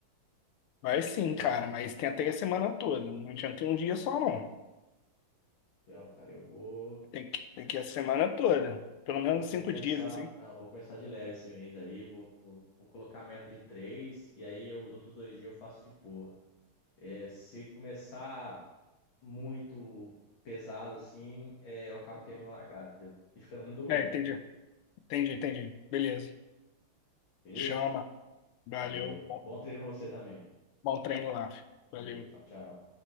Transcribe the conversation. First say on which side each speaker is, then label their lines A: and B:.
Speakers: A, on the left; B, on the left.
A: Mas sim, cara, mas tem até a semana toda. Não adianta ter um dia só, não.
B: Não, cara, eu vou.
A: Tem que, tem que ir a semana toda. Pelo menos
B: Eu vou
A: cinco
B: começar.
A: dias, assim.
B: Não, eu vou começar de leve esse mês aí. Vou, vou, vou colocar a meta de três e aí eu- os outros dois dias eu faço de boa. É, se começar muito pesado assim, é, eu acabo queimando a largada, entendeu? E ficando muito dolorido,
A: É, entendi.
B: entendeu?
A: Entendi, entendi. Beleza.
B: Beleza?
A: Chama. Valeu.
B: Valeu.
A: um Bom,
B: Bom treino pra você também.
A: bom treino lá.
B: Valeu,
A: Valeu.
B: tchau, tchau.